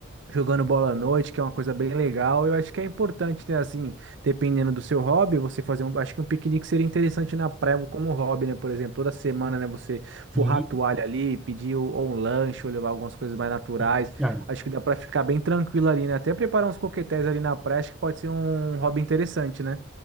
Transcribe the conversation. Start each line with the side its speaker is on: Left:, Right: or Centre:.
Right: jogando bola à noite, que é uma coisa bem legal. Eu acho que é importante, né, assim, dependendo do seu hobby, você fazer um. Acho que um piquenique seria interessante na praia como hobby, né? Por exemplo, toda semana, né, você forrar
Centre: Sim,
Right: a toalha ali, pedir o- ou um lanche, ou levar algumas coisas mais naturais.
Centre: sim, cara.
Right: Acho que dá pra ficar bem tranquilo ali, né? Até preparar uns coquetéis ali na praia, acho que pode ser um hobby interessante, né?